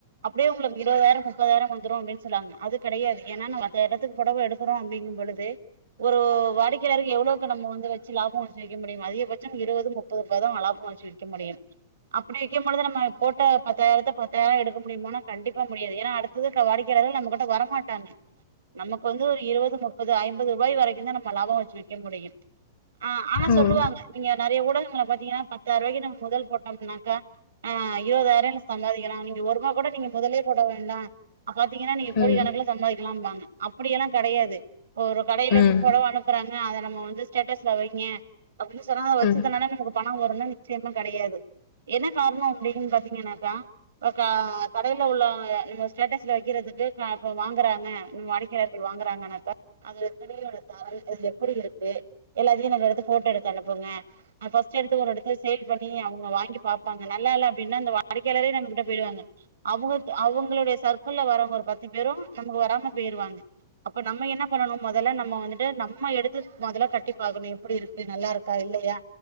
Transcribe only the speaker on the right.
அப்படியே உங்களுக்கு இருவதாய்ர முப்பதாய்ர வந்துரு அப்டின்னு சொல்லாங்க அது கெடையாது ஏன்னா நா பத்தாயிறத்துக் பொடவ எடுக்றோ அப்டிங்குபொழுது ஒரு வாடிக்கையாளருக்கு எவ்ளவுக்கு நம்ம வந்து வச்சு லாபம் வச்ச விக் <unintelligible> அதிகபட்சோ இருவது முப் முப்பர்ருவதா லாப வெச் விக்க முடியு அப்படி விக் மொழுது நம்ம போட்ட பத்தாயிரத்த பத்தாயிர எடுக்க முடியும்னா கண்டிப்பா முடியாது ஏன்னா அடுத்தது வாடிக்கையாளர் நம்மகிட்ட வரமாட்டாங்க நமக்கு வந்து ஒரு இருவது முப்பது ஐம்பது ரூபாய் வரைக்குதா நம்ம லாபம் வச்சு விக்க முடியு ஆ ஆனா
சொல்லுவாங்க நீங்க நெறையா ஊடகங்கள பாத்தீங்கன்னா பத்தாய்ர்வாய்க்கு நம்ம முதல் போட்டம்னாக்கா இருவதாய்ற சம்பாதிக்கலா நீங் நீங் ஒருரூபா கூட நீங்க முதலே போட வேண்டா அப்ப பாத்திங்கன்னா நீங்க கோடி
கணக்குல சம்பதிக்கலாம்பாங்க அப்படி எல்லா கெடையாது ஒரு கடைல இருந்து
பொடவ அனுப்பறாங்க அத நம் ப்ப வந்து ஸ்டேட்டஸ்ல வைங்க அப்டின்னு சொன்ன வச்சத்துனால
நமக்கு பண வருனு நிச்யமா கெடையாது ஏன்னா காரண அப்டின்னு பாத்தீங்கன்னாக்கா ப்ப க கடைல உள்ள நம்ம ஸ்டேட்டஸ்ல வைக்கிறதுக்கு இப் இப்ப வாங்கறாங்க நம்ம வாடிக்கையர்கள் வாங்கறாங்கனாக்கா அது துணியோட தரம் அது எப்டி இருக்கு எல்லாத்தையு நம்ம எடுத்து போட்டோ எடுத்து அனுப்புங்க அ பஸ்டே எடுத்து ஒர்ரெடத்ல சேவ் பண்ணி அவங்க வாங்கி ப்பாங்க நல்லால்ல அப்டினா அந்த வாடிக்கையாளரே நம்ம கிட்ட பேய்டுவாங்க அவங்கள்க் அவங்களுடைய சர்க்கிள்ல வரவங் ஒரு பத் த்து பேரும் நமக்கு வராம போயிருவாங்க. அப்ப நம்ம என்ன பண்ணணும் முதல்ல நம்ம வந்துட்டு நம்ம எடுத்து முதல்ல கட்டி பாக்கணும் எப்டி இருக்கு நல்லா இருக்கா இல்லையா